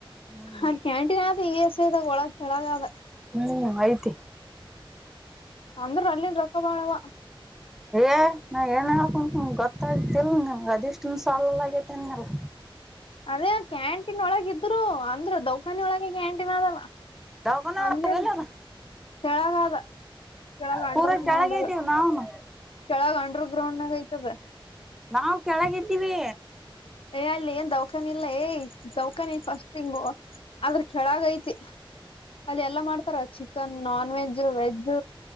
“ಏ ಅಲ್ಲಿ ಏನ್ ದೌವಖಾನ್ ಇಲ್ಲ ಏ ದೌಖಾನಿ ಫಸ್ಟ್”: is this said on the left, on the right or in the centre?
Left